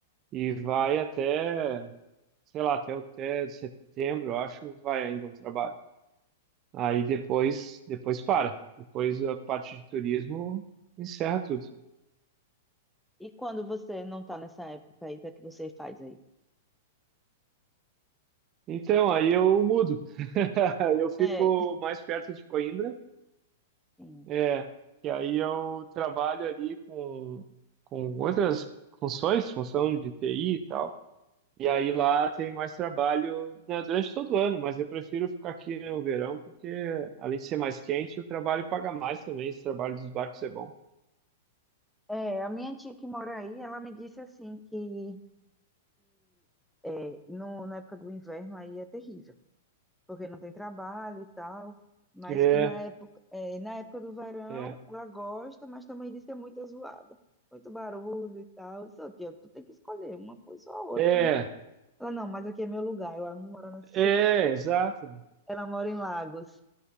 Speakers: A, on the right; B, in the centre.
A: E vai até, sei lá, até, o até setembro, eu acho, vai ainda o trabalho. Aí depois, depois para. Depois a parte de turismo encerra tudo.
B: E quando você não tá nessa época aí, o que é que você faz aí?
A: Então aí eu mudo. <laughs> Eu fico
B: É,
A: mais perto de Coimbra.
B: Sim.
A: É, e aí eu trabalho ali com, com outras funções, função de TI e tal. E aí lá tem mais trabalho, né, durante todo o ano, mas eu prefiro ficar aqui no verão, porque além de ser mais quente, o trabalho paga mais também. Esse trabalho dos barcos é bom.
B: é, a minha tia que mora aí, ela me disse assim que é, no, na época do inverno aí é terrível. porque não tem trabalho e tal, mas
A: É,
B: que na época, é, na época do verão
A: é,
B: ela gosta, mas também diz que é muito zoada, muito barulho e tal. Eu disse, "Ô, tia, tu tem que escolher uma coisa ou a outra,
A: é,
B: né? Ela, não, mas aqui é meu lugar, eu não moro nessa
A: é,
B: cidade.
A: exato.
B: Ela mora em Lagos.